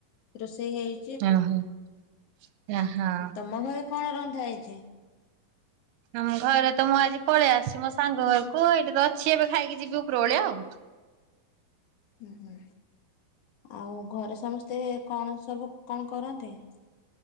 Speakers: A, on the left; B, on the right.
A: ରୋଷେଇ ହେଇ
B: <unintelligible> ଓହୋ।
A: ଆଉ ତମ ଘରେ କଣ ରନ୍ଧା ହେଇଚି?
B: ଆମ ଘରେ ତ ମୁଁ ଆଜି ପଳେଇ ଆସିଚି ମୋ ସାଙ୍ଗ ଘରକୁ ଏଇଟି ତ ଅଛି ଏବେ ଖାଇକି ଯିବି ଉପର ବେଳିଆ ଆଉ।
A: ହୁଁ ହୁଁ। ଆଉ ଘରେ ସମସ୍ତେ କଣ ସବୁ କଣ କରନ୍ତି?